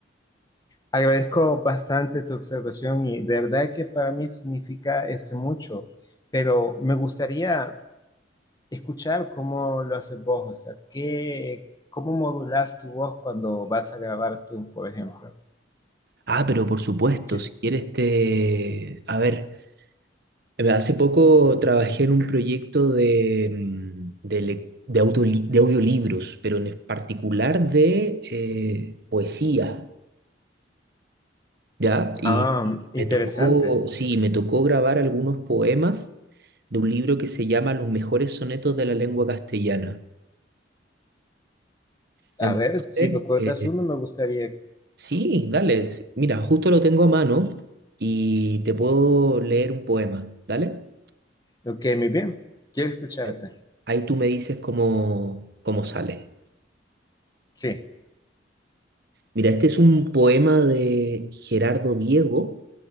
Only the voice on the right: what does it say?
Ah, pero por supuesto,
si quieres te... A ver. Eh, Hace poco trabajé en un proyecto de, mm, de, lec- de autoli- de audiolibros, pero en particular de eh, poesía, ¿ya? Y
y
me tocó, sí, me tocó grabar algunos poemas de un libro que se llama Los mejores sonetos de la lengua castellana. Entonces,
eh,
sí, dale, s- mira, justo lo tengo a mano y te puedo leer un poema, ¿dale?
Ahí ahí tú me dices cómo, cómo sale.
Mira, este es un poema de Gerardo Diego